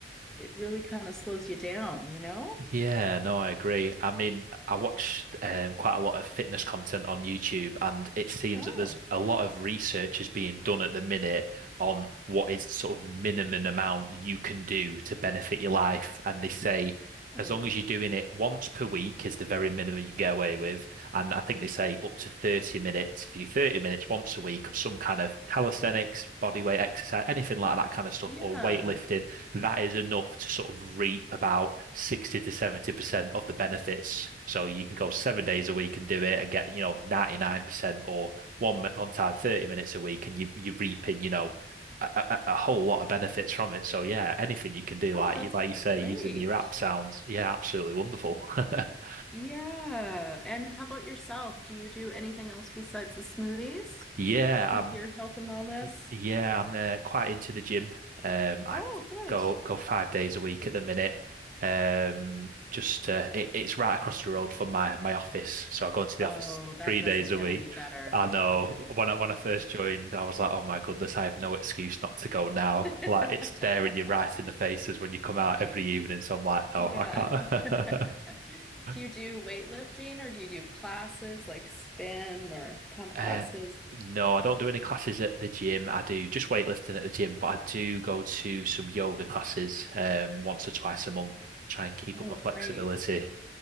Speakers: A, in the centre; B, on the right.
A: it really kind of slows you down, you know?
B: Yeah, no, I agree. I mean, I watch um, quite a lot of fitness content on YouTube, and it seems
A: Oh,
B: that there's a lot of research is being done at the minute on what is sort of minimum amount you can do to benefit your life. And they say
A: Oh,
B: as long as you're doing it once per week is the very minimum you can get away with. And I think they say up to 30 minutes, if you do 30 minutes once a week of some kind of calisthenics, body weight exercise, anything like that kind of stuff,
A: yeah.
B: or weightlifting that is enough to sort of reap about 60 to 70% of the benefits. So you can go seven days a week and do it and get, you know, 99% or one, one time 30 minutes a week and you, you're reaping, you know, a, a, a whole lot of benefits from it. So yeah, anything you can do,
A: Oh,
B: like
A: that's
B: you, like you
A: great.
B: say, using your app sounds, yeah, absolutely wonderful. <laughs>
A: Yeah. And how about yourself? Do you do anything else besides the smoothies
B: Yeah,
A: to keep
B: I'm
A: your health and wellness?
B: Y- Yeah, I'm uh, quite into the gym. Um, I
A: Oh, good.
B: go go five days a week at the minute. Um, just uh, it, it's right across the road from my my office, so I go into the
A: Oh,
B: office
A: that
B: three
A: doesn't
B: days a
A: get
B: week.
A: any better.
B: I know
A: Yeah.
B: when I when I first joined, I was like, oh my goodness, I have no excuse not to go now.
A: <laughs>
B: Like it's staring you right in the faces when you come out every evening. So I'm like,
A: Yeah.
B: no, I can't.
A: <laughs> Do you do
B: <laughs>
A: weightlifting or do you do classes like spin or pump
B: Uh,
A: classes?
B: no, I don't do any classes at the gym. I do just weightlifting at the gym, but I do go to some yoga classes um once or twice a month, try and keep
A: Oh,
B: up my flexibility.
A: great.